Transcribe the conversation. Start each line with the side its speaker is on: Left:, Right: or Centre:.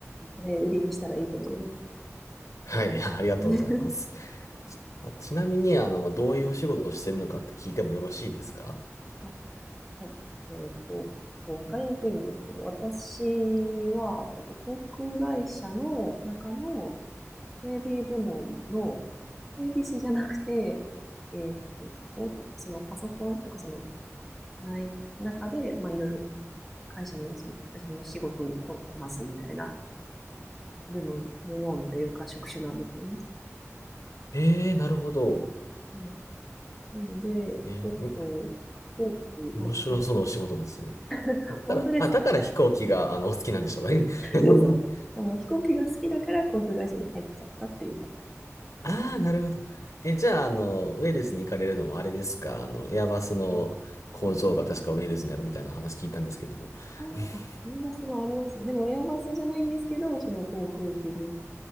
Centre: それ売りにしたらいいと思います。
Left: はい、<laughs> ありがとうございます。
Centre: <laughs>
Left: あ、ちなみに、あの、まあどういうお仕事をしてるのかって聞いてもよろしいですか
Centre: あはい。えっと、わかりにくいんですけど、私は、えっと、航空会社の中の整備部門の整備士じゃなくて、えっと、サポート、そのパソコンとかその、ない中で、まあ、いろいろ会社の、その、会社の仕事をこ、こなすみたいな部門、部門というか職種なんですよね。
Left: ええー、なるほど。
Centre: はい。なので、
Left: えー、
Centre: 結構、
Left: に
Centre: 大きい、
Left: 面白そうなお仕事ですね。
Centre: まあ、旅、<laughs>
Left: あだから、
Centre: 本当ですか
Left: あ、だから飛行機が、あの、お好きなんでしょうかね。<laughs>
Centre: え、そう、あの、飛行機が好きだから航空会社に入っちゃったっていうパターン。
Left: ああ、なるほど。え、じゃあ、あの、ウェールズに行かれるのもあれですかあの、エアバスの工場が確かウェールズにあるみたいな話聞いたんですけども。
Centre: うんあー、
Left: <laughs>
Centre: あ、エアバスもありますねでもエアバスじゃないんですけど、その航空機部